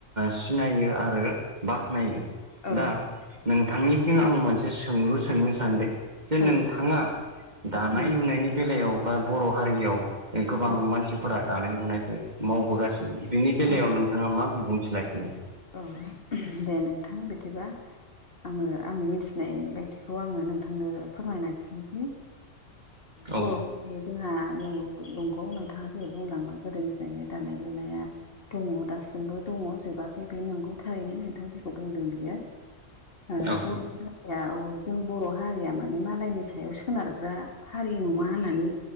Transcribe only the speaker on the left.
औ
औ
उम
उम
उम
औ दे नोंथां बिदिबा आङो आंनि मिथिनाय बायदिखौ आङो नोंथांनो फोरमायनानै होनोसै
बर' बे जोंहा नंगौ नोंथाङा दिनै बुंलांबाय गोदोनिफ्रायनो दानाय लुनाया दङ दासिमबो दङ जोबाखै बे नंगौ थारैनो नोंथां जेखौ बुंदों बियो ओ
बर'नि हारिया औ जों बर' हारिया माने मालायनि सायाव सोनारग्रा हारि नङा होननानै